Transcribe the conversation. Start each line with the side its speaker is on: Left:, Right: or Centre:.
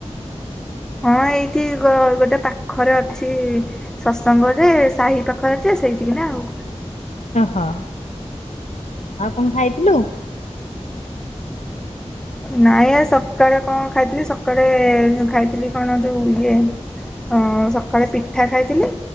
Centre: ହଁ ଏଇଠି ଗୋଟେ ପାଖରେ ଅଛି। ସତସଙ୍ଗରେ ସାହି ପାଖରେ ଯେ ସେଇଠିକ ନା ଆଉ
Left: ହଁ ଆଉ କଣ ଖାଇଥିଲୁ?
Centre: ନାଇଁ ଆଜି ସକାଳେ କଣ ଖାଇଥିଲି ସକାଳେ ଖାଇଥିଲି କଣ ଯୋଉ ଇଏ ହଁ ସକାଳେ ପିଠା ଖାଇଥିଲି।